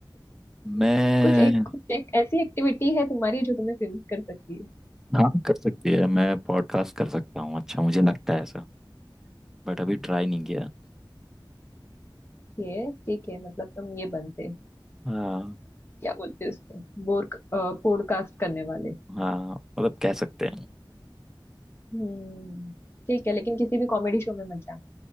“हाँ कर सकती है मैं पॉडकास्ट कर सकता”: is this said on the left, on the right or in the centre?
Centre